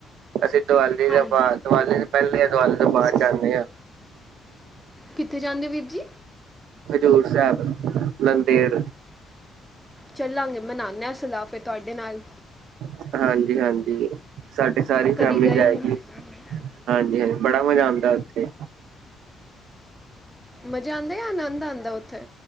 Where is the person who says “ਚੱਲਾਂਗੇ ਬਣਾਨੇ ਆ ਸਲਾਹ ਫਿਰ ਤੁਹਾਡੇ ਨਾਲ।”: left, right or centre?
Centre